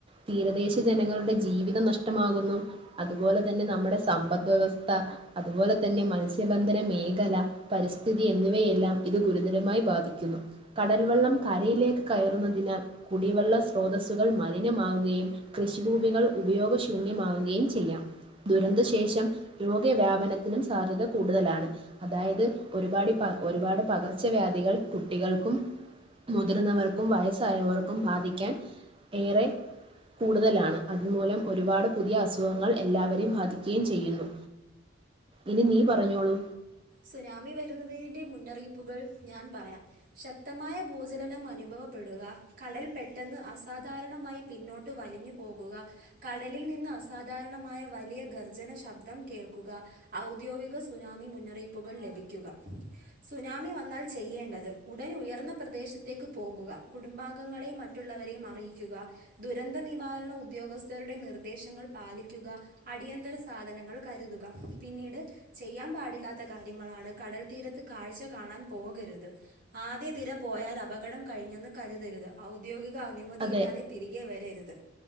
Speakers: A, on the right; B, on the right.
A: തീരദേശ ജനങ്ങളുടെ ജീവിതം നഷ്ടമാകുന്നു അതുപോലെ തന്നെ നമ്മുടെ സമ്പദ് വ്യവസ്ഥ അതുപോലെ തന്നെ മത്സ്യബന്ധന മേഖല പരിസ്ഥിതി എന്നിവയെല്ലാം. ഇത് ഗുരുതരമായി ബാധിക്കുന്നു കടൽവെള്ളം കരയിലേക്ക് കയറുന്നതിനാൽ കുടിവെള്ള സ്രോതസ് സുകൾ മലിനമാവുകയും കൃഷിഭൂപികൾ ഉപയോഗശൂന്യമാവുകയും ചെയ്യാം. ദുരന്തശേഷം രോഗവ്യാപനത്തിനും സാധ്യത കൂടുതലാണ് അതായത് ഒരുപാട് പ ഒരുപാട് പകർച്ചവ്യാധികൾ കുട്ടികൾക്കും മുതിർന്നവർക്കും വയസ്സായവർക്കും ബാധിക്കാൻ ഏറെ കൂടുതലാണ് അത് മൂലം ഒരുപാട് പുതിയ അസ സുഖങ്ങൾ എല്ലാവരെയും ബാധിക്കുകയും ചെയ്യുന്നു. ഇനി നീ പറഞ്ഞോളൂ.
B: സുനാമി വരുന്നതിന്റെ മുന്നറിയിപ്പ് കൾ ഞാൻ പറയാം ശക്തമായ ഭൂചലനം അനുഭവപ്പെടുക കടൽ പെട്ടെന്ന് അസാ സാധാരണമായി പിന്നോട്ട് വലിഞ്ഞു പോകുക കടലിൽ നിന്ന് അസാധാരണമായ വലിയ ഗർജന ശബ്ദം കേൾക്കുക ഔ ഔദ്യോഗിക സുനാമി മുന്നറിയിപ്പുകൾ ലഭിക്കുക സുനാമി വന്നാൽ ചെയ്യേണ്ടത് ഉടൻ ഉയർ ർന്ന പ്രദേശത്തേക്ക് പോകുക കുടുംബാംഗങ്ങളെയും മറ്റുള്ളവരെയും അറിയിക്കുക ദുരന്ത നിവാരണ ഉദ്യോഗസ്ഥരുടെ നിർദ്ദേശങ്ങൾ പാലിക്കുക അടിയന്തര സാധനങ്ങൾ കരുതുക പിന്നീട് ചെയ്യാൻ പാടില്ലാത്ത കാര്യങ്ങളാണ് കടൽ തീരത്ത് കാഴ്ച കാണാൻ പോകരുത് ആദ്യ ദേ പോയാൽ അപകടം കഴിഞ്ഞെന്ന് കരുതരുത് ഔദ്യോഗിക ക അനുമതി
A: അതെ
B: ഇല്ലാതെ തിരികെ വരരുത്